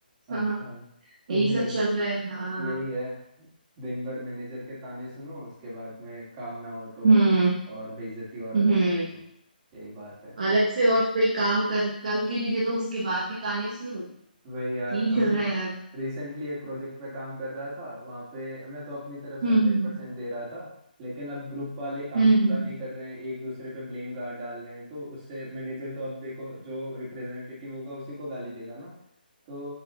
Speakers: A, on the right; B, on the right.
A: है
B: हाँ
A: अच्छा
B: हाँ
A: तुम
B: यही
A: भी लगे
B: सब चल रहा है हाँ हाँ
A: यही है दिन भर मैनेजर के ताने सुनो उसके बाद में काम ना हो तो
B: हम्म
A: और बेइज्जती और
B: हम्म
A: अलग से सुनो यही बात है
B: अलग से और कोई काम कर करके भी दे दो उसके बाद भी ताने सुनो
A: वही यार
B: यही
A: अभी
B: चल रहा है यार
A: रिसेंटली एक प्रोजेक्ट पे काम कर रहा था वहाँ पे मैं तो अपनी तरफ से
B: हम्म
A: हंड्रेड परसेंट दे रहा था लेकिन अब ग्रुप वाले काम
B: हम्म
A: पूरा नहीं कर रहे हैं एक दूसरे पे ब्लेम गार्ड डाल रहे हैं तो उससे मैनेजर तो अब देखो जो रिप्रेजेंटेटिव होगा उसी को गाली देगा ना तो